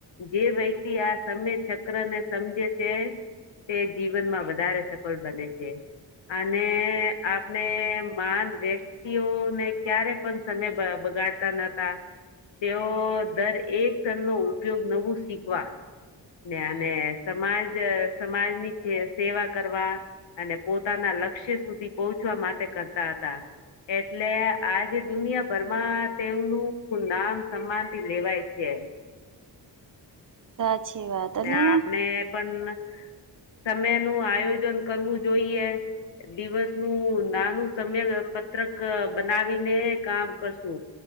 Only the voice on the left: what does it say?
જે વ્યક્તિ આ સમય ચક્ર ને સમજે છે તે જીવનમાં વધારે સફળ બને છે અને આપને માન વ્યક્ત ્યતિઓને ક્યારે પણ સમય બગાડતા નતા. તેઓ દર એક તણ નો ઉપયોગ નવું શીખવા. ને અને સમાજ સમાજની સેવા કરવા. અને પોતાના લક્ષ્ય સુધી પહોંચવા માટે કરતા હતા. એટલે આજે દુનિયાભરમાં તેમનું. નામ સન્માન થી લેવાય છે.
ને આપણે પણ સમય નું આયોજન કરવું જોઈએ. દિવસ નું નાનું સમય પત્રક બનાવીને કામ કરશુ.